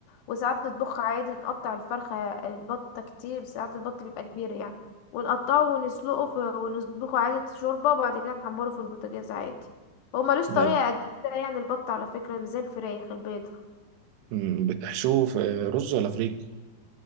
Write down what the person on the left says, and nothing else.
وساعات نطبخها عادي نقطع الفرخة البطة كتير ساعات البط بيبقى كبير يعني ونقطعه ونسلقه في... ونطبخه عادي شوربة وبعد كده نحمره في البوتاجاز عادي هو ملوش طريقة
قد كده يعني البط على فكرة مش زي الفراخ البيض